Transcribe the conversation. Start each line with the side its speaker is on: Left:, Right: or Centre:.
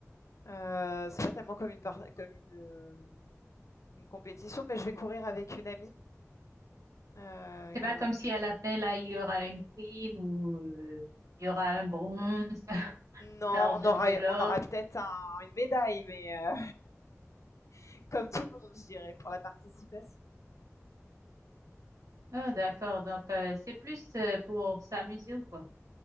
Left: Euh, c'est pas tellement comme une, par- comme une, euh, une compétition, mais je vais courir avec une amie. Euh,
Right: C'est
Left: et
Right: pas
Left: on-
Right: comme si à la fin, là, il y aura une prime ou euh, il y aura un bronze,
Left: Non,
Right: un argent,
Left: on aura,
Right: de l'or.
Left: on aura peut-être un- une médaille, mais euh, <laughs> comme tout le monde, je dirais, pour la participation.
Right: Ah, d'accord. Donc, euh, c'est plus euh, pour s'amuser ou quoi?